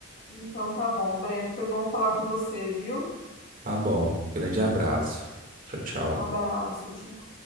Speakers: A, on the left; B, on the right.
A: Então tá bom, Breno, foi bom falar com você, viu?
B: Tá bom. Grande abraço. Tchau, tchau.
A: Um abraço, tchau.